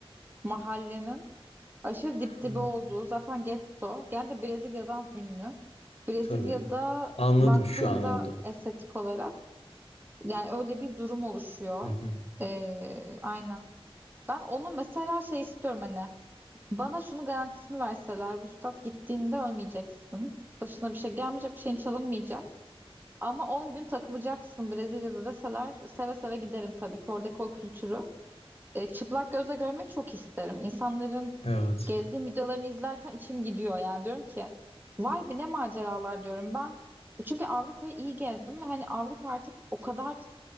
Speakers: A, on the right (about 20°); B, on the left (about 80°).
A: mahallenin aşırı dip dibe
B: Ha,
A: olduğu zaten getto. Gene de Brezilya'dan ünlü. Brezilya'da
B: tabii. Anladım
A: baktığında
B: şu an oldu.
A: estetik olarak yani öyle bir durum oluşuyor.
B: Hı hı.
A: Ee, aynen. Ben onu mesela şey istiyorum hani bana şunun garantisini verseler Vuslat gittiğinde ölmeyeceksin. Başına bir şey gelmeyecek, bir şeyin çalınmayacak. Ama 10 gün takılacaksın Brezilya'da deseler seve seve giderim tabii ki oradaki o kültürü. E, çıplak gözle görmeyi çok isterim. İnsanların
B: Evet.
A: gezgin videolarını izlerken içim gidiyor yani diyorum ki vay be ne maceralar diyorum ben. Çünkü Avrupa'yı iyi gezdim ve hani Avrupa artık o kadar